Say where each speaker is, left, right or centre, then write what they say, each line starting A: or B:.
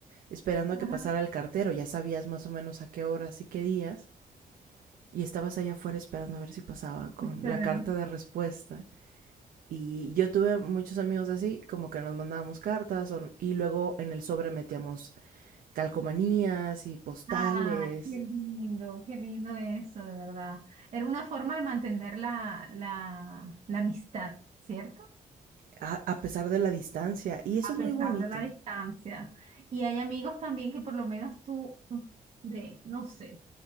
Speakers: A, on the right (about 85°); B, on the right (about 45°).
A: esperando
B: Ajá,
A: a que pasara el cartero, ya sabías más o menos a qué horas y qué días, y estabas allá afuera esperando a ver si pasaba con
B: esperando.
A: la carta de respuesta. Y yo tuve muchos amigos así, como que nos mandábamos cartas o- y luego en el sobre metíamos calcomanías y postales,
B: Ah, qué lindo, qué lindo eso, de verdad. Era una forma de mantener la, la, la amistad, ¿cierto?
A: a, a pesar de la distancia. Y eso
B: A
A: es
B: pesar
A: muy bonito.
B: de la distancia. Y hay amigos también que por lo menos tú, mm, de, no sé,